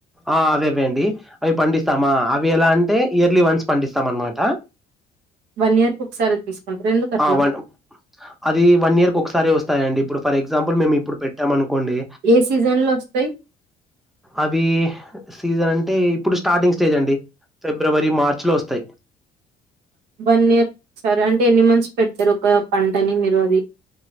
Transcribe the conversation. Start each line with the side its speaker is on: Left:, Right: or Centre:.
Centre: ఆ అవి ఇవేండి అవి పండిస్తామా అవి ఎలా అంటే ఇయర్లీ వన్స్ పండిస్తాం అనమాట
Right: వన్ ఇయర్ కు ఒకసారి తీసుకుంటారు ఎందుకు అట్లా
Centre: ఆ వన్ అది వన్ ఇయర్ క ఒకసారి వస్తాయండి ఇప్పుడు ఫర్ ఎగ్జాంపుల్ మేము ఇప్పుడు పెట్టామనుకోండి
Right: ఏ సీజన్ లో వస్తాయి
Centre: అవి సీజన్ అంటే ఇప్పుడు స్టార్టింగ్ స్టేజ్ అండి ఫిబ్రవరి మార్చ్ లో వస్తాయి
Right: వన్ ఇయర్ సరే అంటే ఎన్ని మంత్స్ పెడతారు ఒక పంటని మీరు అది